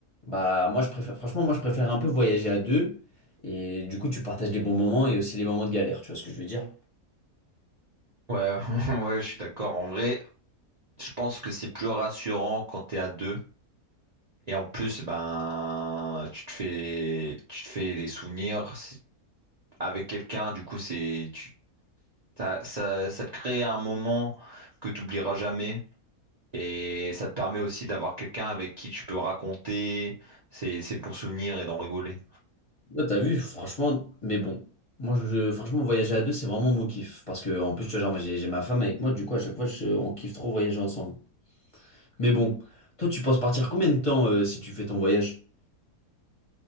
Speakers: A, on the left; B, on the right.
A: bah moi je préfère franchement moi je préfère un peu voyager à deux et du coup tu partages les bons moments et aussi les moments de galère, tu vois ce que je veux dire.
B: Ouais, <laughs> ouais, je suis d'accord. En vrai, Je pense que c'est plus rassurant quand t'es à deux. Et en plus, ben, tu te fais, tu te fais des souvenirs si- avec quelqu'un. Du coup, c'est, tu, t'as- ça, ça te crée un moment que tu oublieras jamais. Et ça te permet aussi d'avoir quelqu'un avec qui tu peux raconter ses, ses bons souvenirs et d'en rigoler.
A: Là, t'as vu, franchement, mais bon. Moi, je, franchement, voyager à deux, c'est vraiment mon kiff. Parce que, en plus, tu vois, genre, j'ai j'ai ma femme avec moi, du coup, à chaque fois, je- on kiffe trop voyager ensemble. Mais bon, toi, tu penses partir combien de temps euh, si tu fais ton voyage?